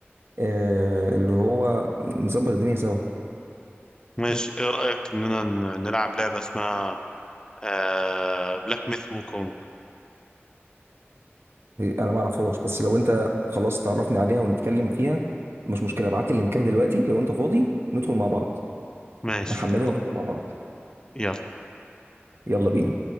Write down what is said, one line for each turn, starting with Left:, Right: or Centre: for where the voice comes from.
Right: آه، اللي هو نظبط الدنيا سوا
Left: ماشي ايه رأيك اننا ن- نلعب لعبة اسمها آه بلاك ميث وكونج
Right: انا ما اعرفهاش بس لو انت خلاص تعرفني عليها ونتكلم فيها مش مشكله ابعت لي اللينكات دلوقتي لو انت فاضي ندخل مع بعض
Left: ماشي
Right: نحملها
Left: يلا
Right: وندخل مع بعض
Left: يلا
Right: يلا بينا